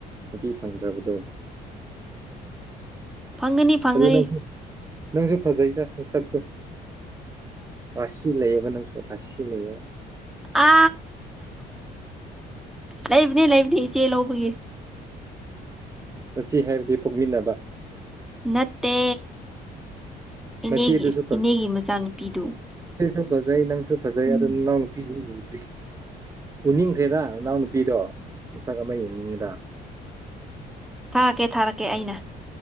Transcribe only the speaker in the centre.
ꯐꯪꯒꯅꯤ ꯐꯪꯒꯅꯤ
ꯑ ꯂꯩꯕꯅꯤ ꯂꯩꯕꯅꯤ ꯏꯆꯦ ꯂꯧꯕꯒꯤ
ꯅꯠꯇꯦ ꯏꯅꯦꯒꯤ
ꯏꯅꯦꯒꯤ ꯃꯆꯥꯅꯨꯄꯤꯗꯨ
ꯎꯝ
ꯊꯥꯔꯛꯀꯦ ꯊꯥꯔꯛꯀꯦ ꯑꯩꯅ